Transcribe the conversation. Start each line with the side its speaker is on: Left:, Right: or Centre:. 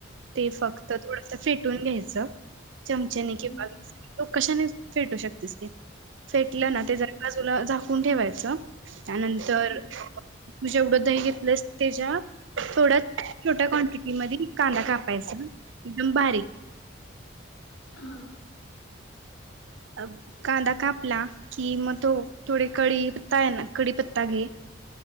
Right: ते फक्त थोडस फेटून घ्यायचं. चमचेने
Left: हम्म
Right: किंवा <inaudible> कशाने फेटू शकतीस ती फेटलं
Left: हम्म
Right: ना ते जरा बाजुला कुण ठेवायच त्यानंतर
Left: हम्म
Right: तु जेवढ दही घेत प्लस तेज्या थोड्या छोट्या क्वांटिटीमधी कांदा कापायचा एकदम बारीक
Left: हा.
Right: अ कांदा कापला कि, मग तो थोडे कढईत हाय ना कडीपत्ता घे.